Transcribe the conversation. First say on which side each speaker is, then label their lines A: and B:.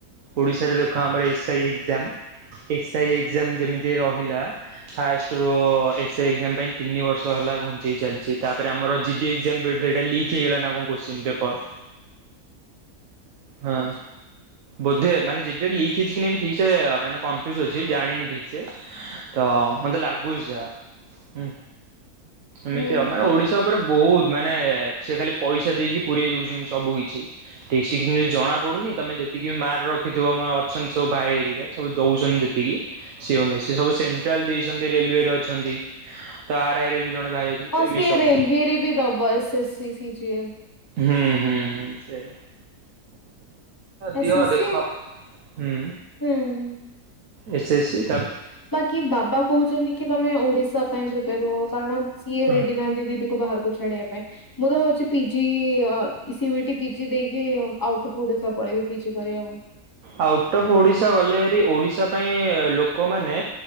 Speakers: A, on the right (about 65°); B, on the left (about 25°).
A: ଓଡିଶାରେ ଦେଖ ଆମର S I exam S I exam ଯେମିତି ରହିଲା। ଫାଷ୍ଟରୁୁ ଏସ୍ ଆଇ ଏକ୍ଜାମ ପାଇଁ ତିନି ବର୍ଷ ହେଲ ଲା ଘୁଞ୍ଚେଇ ଚାଲିଚି ତା ତା ପରେ ଆମର ଜିଡି ଏକ୍ଜାମ୍ ବି ସେଟା ଲିକ୍ ହେଇଗଲା ନା କଣ କୋତ୍ସିନ ପେପର୍? ହଁ
B: ହୁଁ
A: ବୋଧେ ମାନେ ଜିଡି ରେ ଲିକ୍ ହେଇଚି କି ନାହିଁ ମୁଁ ଠିକ ସେ ଆ ମାନେ କନଫ୍ୟୁଜ୍ ଅଛି ଜାଣିନି ଠିକ୍ ସେ। ତ ମତେ ଲାଗୁ ଗୁଜା ଉଁ ଏମିତି
B: ହୁଁ
A: ଆଉ ମାନେ ଓଡିଶା ଉପରେ ବହୁତ ମାନେ ସେ ଖାଲି ପଇସା ଦେଇକି ପୁରେଇ ଦଉଚନ୍ତି ସବୁ କିଛ। ଛି ଠିକ ସେ କିମତି ଜଣା ପଡୁନି ତମେ ଯେତିକି ମାର ରଖିଥିବ ମଣ ଅଛନ୍ତି ସବୁ ଭାଇ ଏରିକା ସବୁ ଦଉ କହୁଚନ୍ତି ଯେତିକି ସେ ଅନୁଯାୟୀ ସେ ସବୁ ସେଣ୍ଟ୍ରାଲ ଦେଇଚନ୍ତି ରେଲୱେରେ ଅଛନ୍ତି। ତ ଆର୍ ଆର୍ ବି ବି ଜଣେ ଭାଇ ଅଛନ୍ତି
B: ହଁ
A: ତ ଏମିତି
B: ସିଏ
A: ସବୁ।
B: ରେଲୱେରେ ବି ଦବ S S C C G L.
A: ହୁଁ ହୁଁ ହୁଁ ସେ
B: ଏସ୍
A: ଦିଅ
B: ଏସ୍
A: ଦେଖ
B: ସି
A: ହୁଁ
B: ହୁଁ।
A: ଏସ ଏସି
B: ବାକି ବାବା କହୁଛନ୍ତି କି ତମେ ଓଡିଶା ପ୍ରିପେୟାର ହୁଅ କାରଣ ସିଏ
A: ହଁ।
B: ରେଡି ନାହାନ୍ତି ଦିଦି କୁ ବାହାରକୁ ଛାଡି ବା ପାଇଁ ମୁଁ ଭାବୁଛି ପିଜି ଇସି ବିଟି ପିଜି ଦେଇକି ଆଉଟୁ ସବ୍ ପଳେଇବି ପିଜି କରିବାକୁ।
A: ଆଉଟ୍ ଅଫ୍ ଓଡିଶା ଗଲେ ହେରି ଓଡିଶା ପାଇଁ ଲୋକମାନେ